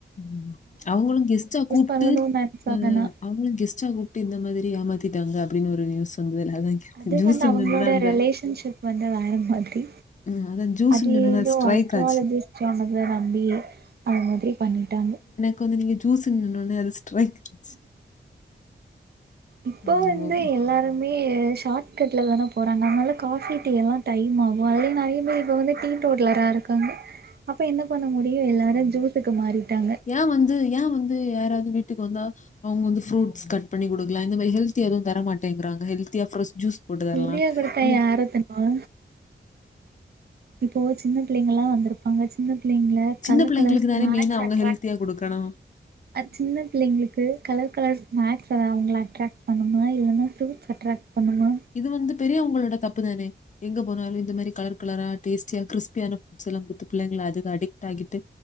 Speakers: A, on the left; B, on the right.
A: ம் அவங்களு கெஸ்ட்டா கூப்ட்டு
B: பண்ணணுனு நெனச்சாங்கன்னா
A: ஆ அவங்ளு கெஸ்ட்டா கூப்ட்டு இந்த மாதிரி ஏமாத்திட்டாங்க அப்டின்னு ஒரு நியூஸ் வந்ததுல அதா
B: அது
A: ஜூஸ்சுன்னவொனே
B: வந்து அவங்களோட
A: அந்த
B: <unintelligible> வந்து வேற மாதிரி
A: ம் அதான் ஜூஸ்ன்னு
B: அது
A: சொன்னோனே
B: ஏதோ
A: ஸ்ட்ரைக்
B: ஆஸ்ட்ராலஜிஸ்ட்
A: ஆச்சு.
B: சொன்னத நம்பி அது மாதிரி பண்ணிட்டாங்க
A: கொஞ்ச நீங்க ஜூஸ்சுன் சொன்னொனே அது ஸ்ரைக் ஆச்சு
B: இப்போ
A: ஆ
B: வந்து
A: ஓ
B: எல்லாரு மே ஷார்ட் கட்ல தான போறாங்க அதனால காஃபி டீ எல்லா டைம் ஆகோ அதுலயே நறைய பேரு இப்ப வந்து டீ தோட்டுலரா இருக்காங்க அப்ப என்ன பண்ண முடியு எல்லாரு ஜூஸுக்கு மாறிட்டாங்க
A: ஏ வந்து ஏ வந்து யாராவ்து வீட்டுக்கு வந்தா அவுங்க வந்து ஃரூட்ஸ் கட் பண்ணி குடுக்லா இந்த மாரி ஹெல்த்தியா எதுவு தர மாட்டேங்கறங்க ஹெல்த்தியா ஃப்ரெஷ் ஜூஸ் போட்டு தரலாம்
B: புள்ளியா குடுத்தா
A: இந்த
B: யாரு தின்னுவா இப்போ சின்ன பிள்ளைங்கலா வந்துருப்பாங்க சின்ன பிள்ளைங்கள கலர்
A: சின்ன பிள்ளைங்களுக்கு
B: கலர்ஸ் ஸ்னாக்ஸ்
A: தானே மெயினா அவங்க
B: அட்ராக்ட்
A: ஹெல்த்தியா கொடுக்கணும்
B: <inaudible> அ சின்ன பிள்ளைங்ளுக்கு கலர் கலர்ஸ் ஸ்னாக்ஸ்ஸு அது அவுங்கள அட்ராக்ட் பண்ணுமா இல்லனா ஃபரூட்ஸ் அட்ராக்ட் பண்ணுமா
A: இது வந்து பெரியவங்களோட தப்புதானே எங்க போனாலு இந்த மாறி கலர் கலரா டேஸ்டியா கிரிஸ்பியான ஃபுட்ஸ் எல்லா குடுத்து பிள்ளைங்கள அதுக்கு அடிக்ட் ஆகிட்டு